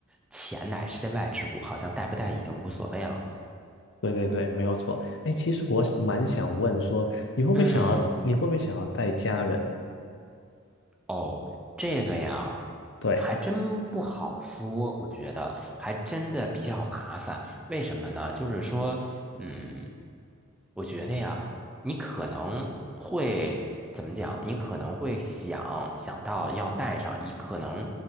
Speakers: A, in the centre; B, on the left (about 60°).
A: 钱乃身外之物，好像带不带已经无所谓了。
B: 对对对，没有错。哎，其实我蛮想问说，你会不会想要你会不会想要带家人？
A: 嗯。哦，这个呀，
B: 对，
A: 还真不好说，我觉得还真的比较麻烦。为什么呢？就是说，嗯，我觉得呀，你可能会怎么讲？你可能会想想到要带上，你可能